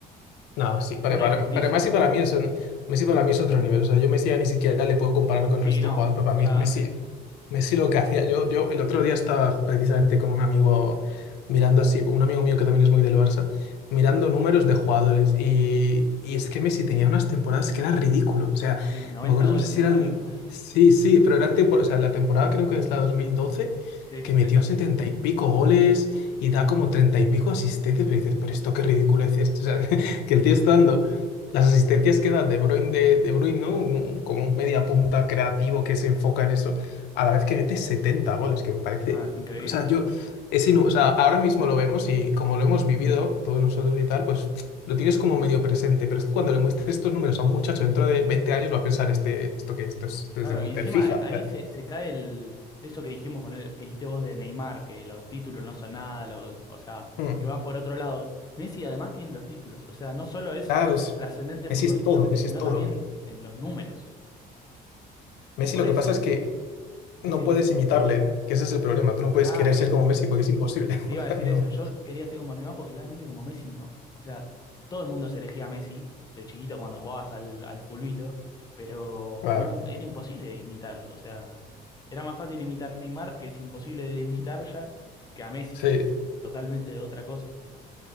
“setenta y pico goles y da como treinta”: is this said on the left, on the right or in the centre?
Left